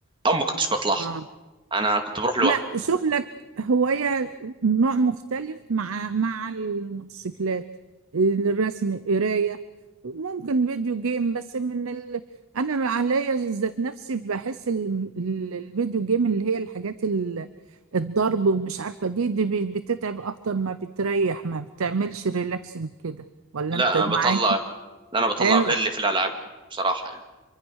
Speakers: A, on the right; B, on the right.
A: أو ما كنتش بطلعها
B: اه
A: أنا كنت بروح لوحدي
B: لا شوف لك هواية نوع مختلف مع مع الموتوسيكلات الرسم قراية ممكن فيديو جيم بس من ال... انا عليا ذات نفسي بحس ال... ال- الفيديو جيم اللي هي الحاجات ال... الضرب ومش عارفة دي دي بي- بتتعب اكتر ما بتريح ما بتعملش ريلاكسنج كده ولا
A: لا
B: انت
A: أنا
B: معاك
A: بطلع لا أنا بطلع
B: أيوة.
A: غلي في الألعاب دي بصراحة يعني